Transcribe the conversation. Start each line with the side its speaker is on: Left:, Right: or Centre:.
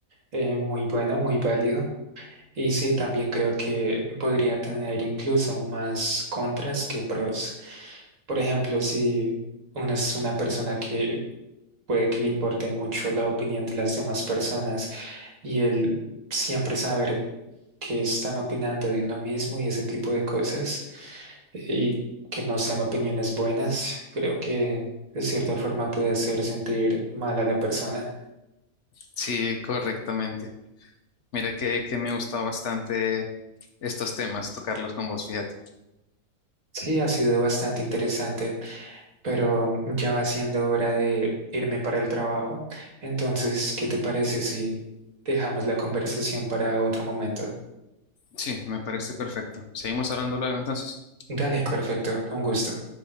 Right: eh, muy bueno, muy válido. Y sí, también creo que podría tener incluso más contras que pros. Por ejemplo, si uno es una persona que puede que le importe mucho la opinión de las demás personas, y el siempre saber que están opinando de uno mismo y ese tipo de cosas y que no sean opiniones buenas, creo que de cierta forma puede hacer sentir mal a la persona.
Left: Sí, correctamente. Mira que, que me gusta bastante estos temas, tocarlos con vos, fíjate.
Right: Sí, ha sido bastante interesante, pero ya va siendo hora de irme para el trabajo. Entonces, ¿qué te parece si dejamos la conversación para otro momento?
Left: Sí, me parece perfecto. Seguimos hablando luego entonces.
Right: Dale, perfecto, un gusto.